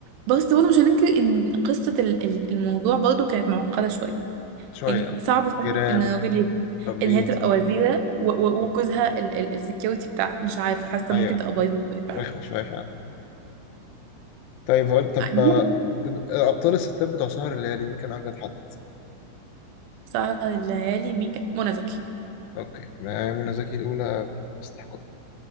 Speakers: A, on the right; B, on the left.
A: بس برضه مش هننكر ان قصه ال- ال- الموضوع برضه كانت معقده شويه
B: شوية
A: يعني
B: آه.
A: صعب فعلا
B: جيران
A: ان الراجل يبقى-
B: طب بينز
A: ان هي تبقى
B: اه
A: وزيرة و- و-
B: آه.
A: وجوزها السكيورتي بتاعها مش عارفة حاسة
B: ايوه
A: ممكن تبقى بايظة شوية. فعلا.
B: رخمة شوية فعلا طيب هقول طب
A: بعدين
B: آه، ابطال الستات بتوع سهر الليالي مين كان اجمد حد؟
A: سهر الليالي مين كان- منى زكي
B: اوكي ما هي منى زكي الاولى استحقاق